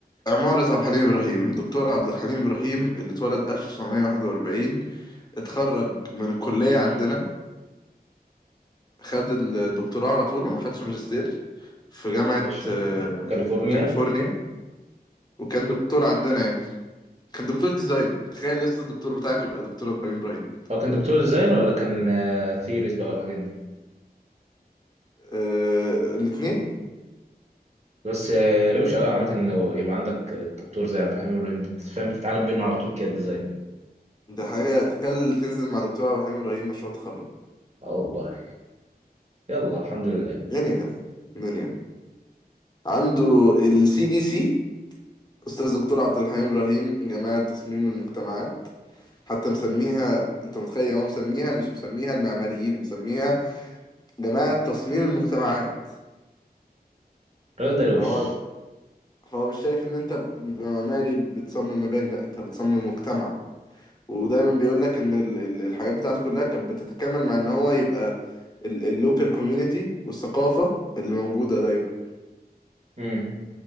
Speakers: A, on the left; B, on the right.
A: آه، عمارة عبد الحليم إبراهيم دكتور عبد الحليم إبراهيم اللي اتولد 1941 اتخرج من الكلية عندنا خد الدكتوراه على طول وما خدش ماجستير في جامعة
B: ماشي
A: آه،
B: كاليفورنيا
A: كاليفورنيا وكان دكتور عندنا يعني كان دكتور ديزاين تخيل لسه الدكتور بتاعك يبقى دكتور عبد الحليم ابراهيم
B: هو كان دكتور ديزاين ولا كان ثيريز بقى والحاجات دي
A: آه الاثنين
B: بس آه، روش قوي عامة انه يبقى عندك دكتور زي عبد الحليم ابراهيم بتفهم تتعلم منه على طول كده ديزاين
A: ده حاجه تخيل تنزل مع دكتور عبد الحليم ابراهيم مشروع تخرج
B: اه والله يلا الحمد لله
A: دنيا دنيا عنده السي دي سي استاذ دكتور عبد الحليم ابراهيم جماعه تصميم المجتمعات حتى مسميها انت متخيل يعني هو مسميها مش مسميها المعماريين مسميها جماعه تصميم المجتمعات
B: رئيس درويش
A: فهو فهو مش شايف ان انت معماري بتصمم مباني لا انت بتصمم مجتمع ودايما بيقول لك ان ال- ال- الحاجات بتاعته كلها كانت بتتكامل مع ان هو يبقى اللوكال كوميونتي والثقافة اللي موجودة دايما
B: امم